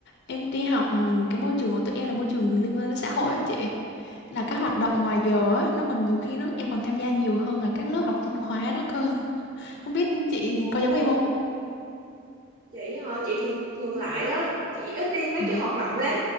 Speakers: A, on the left; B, on the right.
A: em đi học ừm, cái môi trường của tụi em là môi trường liên quan đến xã hội á chị là
B: Ừ.
A: các hoạt động ngoài giờ á nó còn nhiều khi nó em còn tham gia nhiều hơn là các lớp học chính khóa nữa cơ không biết chị
B: Ồ,
A: có giống em không
B: chị hả? Chị thì ngược
A: Ừ.
B: lại á. Chị ít đi mấy
A: Ồ,
B: cái hoạt động lắm.